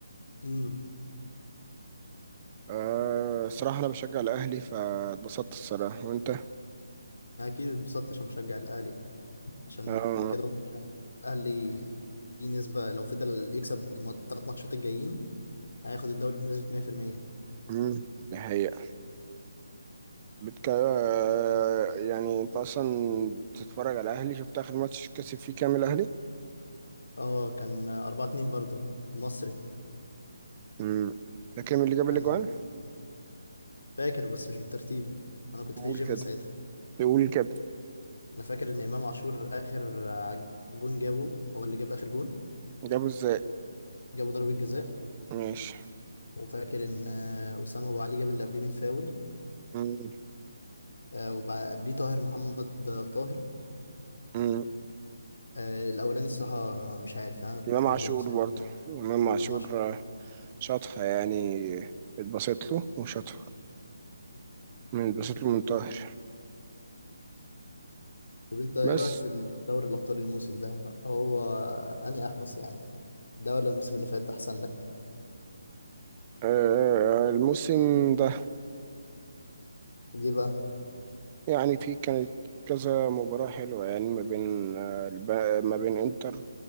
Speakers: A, on the left; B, on the right.
A: مم.
B: أه صراحة أنا بشجع الأهلي فاتبسطت الصراحة وأنت؟
A: أكيد اتبسطت عشان بشجع الأهلي عشان
B: أه
A: كده ماتش الاهلي في نسبه لو فضل يكسب الثلاث ماتشات الجايين هياخد الدوري بنسبه 100%
B: أمم، دي حقيقة بتك... أه يعني أنت أصلا بتتفرج على الأهلي شفت آخر ماتش كسب فيه كام الأهلي؟
A: اه كان 4 2 برضه مصري
B: أمم، ده كام اللي جاب
A: كان
B: الأجوان؟
A: فاكر بس مش بالترتيب انا كنت
B: قول
A: في الجيم
B: كده
A: ساعتها
B: قول كده
A: انا فاكر ان امام عاشور اخر آه، جون جابه هو اللي جاب اخر جون
B: جابه إزاي؟
A: جابه ضربه جزاء
B: ماشي
A: وفاكر ان آه، اسامه ابو علي جاب اللي قبليه من فاول
B: أمم،
A: آه، وبع- قبليه طاهر محمد طاهر
B: أمم.
A: آه، الاولاني الصراحه مش عارف انا كنت
B: إمام
A: في
B: عاشور
A: الجيم ساعتها
B: برضه إمام عاشور
A: امام عاشور
B: آه، شاطها يعني اتبسط له وشاطها من اتبسط له من طاهر
A: طب انت ايه
B: بس
A: رايك في دوري الابطال الموسم ده هو اني احمس يعني ده ولا الموسم اللي فات ده احسن لك
B: أه الموسم ده
A: ليه بقى
B: يعني في كانت كذا مباراة حلوة يعني ما بين آه، الب- ما بين انتر